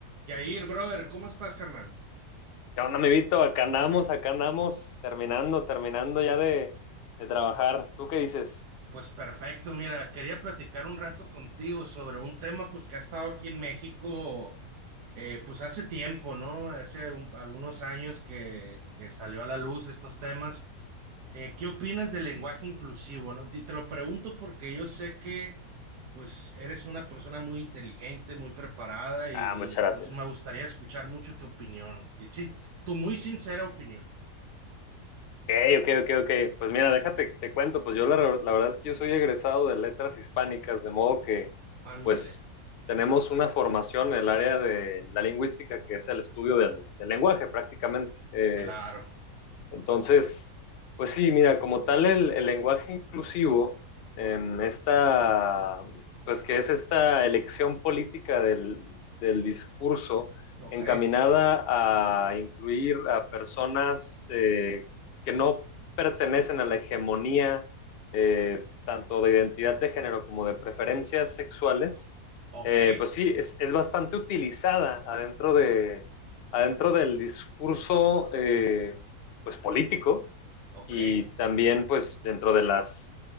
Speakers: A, on the right; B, on the left.
A: Yair, brother, ¿cómo estás, carnal?
B: ¿Qué onda, amiguito? Acá andamos, acá andamos, terminando, terminando ya de, de trabajar. ¿Tú qué dices?
A: Pues perfecto, mira, quería platicar un rato contigo sobre un tema pues que ha estado aquí en México eh, pues hace tiempo, ¿no? Hace un- algunos años que, que salió a la luz estos temas. Eh, ¿qué opinas del lenguaje inclusivo, no? Y te lo pregunto porque yo sé que pues eres una persona muy inteligente, muy preparada y,
B: Ah, muchas
A: y,
B: gracias.
A: pues me gustaría escuchar mucho tu opinión. Y sí, tu muy sincera opinión.
B: Ok, ok, ok, ok. Pues mira, déjate, te cuento, pues yo la, re- la verdad es que yo soy egresado de letras hispánicas, de modo que
A: Ándale,
B: pues tenemos una formación en el área de la lingüística, que es el estudio del, del lenguaje prácticamente. Eh,
A: claro,
B: Entonces, pues sí, mira, como tal el, el lenguaje inclusivo, em, esta, pues que es esta elección política del, del discurso
A: ok,
B: encaminada a incluir a personas eh, que no pertenecen a la hegemonía eh, tanto de identidad de género como de preferencias sexuales,
A: ok.
B: eh, pues sí, es, es bastante utilizada adentro de, adentro del discurso. eh, pues político
A: Ok,
B: y también pues dentro de las,